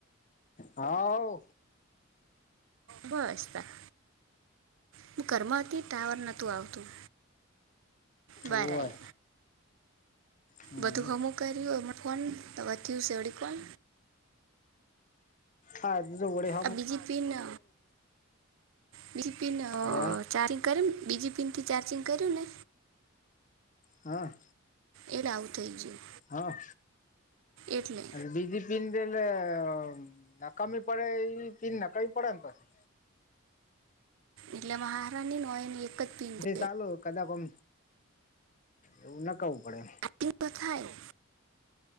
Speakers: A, on the left (about 35°); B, on the right (about 70°).
A: હાઓ
B: બસતા. હું ઘરમા હતી તાવર નહોતું આવતું. બરાઈ.
A: ઓય હમ.
B: બધું હમું કર્યું એમ ફોન તો વધ્યું છેેવડી કોન.
A: આજતો વડેહે
B: આ બીજી પીનઅ બીજી પીનઅ
A: હે
B: ચારી કરુ બીજી પિનથી ચાર્જિંગ કર્યુંને.
A: હા.
B: એતલે આવું થઇ ગયું.
A: હા.
B: એટલે
A: એટળે બીજી પીન થી એટલે અ નકામી પડે એવી પીન નાકાવી પડે એ પાસી
B: એટલામાં હારા ની મોહે ને એકજ પીન જા
A: ચાલો કદાકોમ એવું નાખાવું પડે.
B: કી પાથાયો